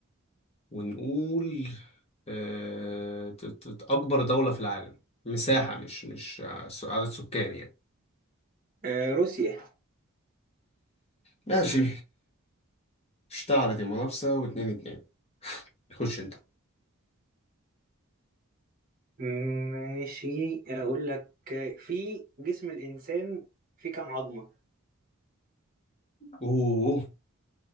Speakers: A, on the left; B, on the right.
A: ونقول آه، ت- ت- ت- اكبر دوله في العالم مساحه مش مش آه، س- عدد سكان يعني
B: آه روسيا
A: ماشي اشتعلت المنافسه واتنين اتنين خش انت
B: ماشي اقول لك آه، في جسم الانسان في كام عظمة
A: اوه